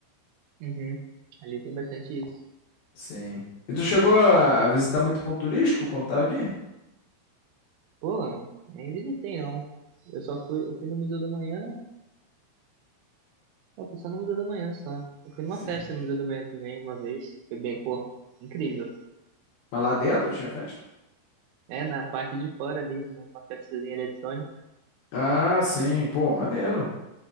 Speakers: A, on the right; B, on the left.
A: Uhum. Ali tem bastante isso.
B: Sim. E tu chegou a visitar muito ponto turístico quando tava aqui?
A: Pô, nem visitei, não. Eu só fui, eu fui no Museu da Manhã, eu fui só no Museu da Manhã só. Eu fui
B: Sim.
A: numa festa no Museu da Manhã também, uma vez. Foi bem, pô, incrível.
B: Mas lá dentro tinha festa?
A: É, na parte de fora ali, uma uma festazinha eletrônica.
B: Ah, sim. Pô, maneiro.